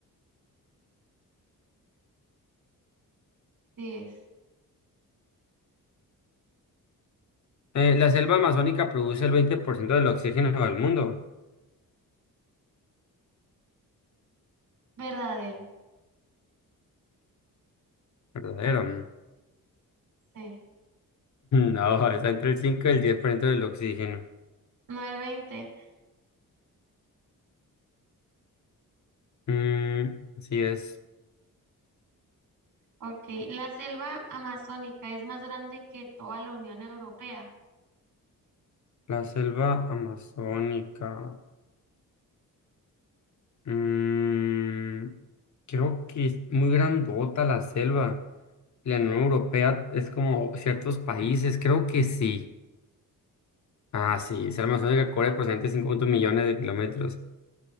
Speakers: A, on the right; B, on the left.
A: sí es.
B: Eh, la selva amazónica produce el 20% del oxígeno del mundo.
A: Verdadero,
B: Verdadero. <laughs>
A: sí.
B: No, está entre el cinco y el diez por ciento del oxígeno.
A: No el 20.
B: Mm, así es.
A: Ok, la selva amazónica es más grande que toda la Unión Europea.
B: La selva amazónica. Mm, creo que es muy grandota la selva. La Unión Europea es como ciertos países, creo que sí. Ah, sí, se almacena que cubre aproximadamente 5 millones de kilómetros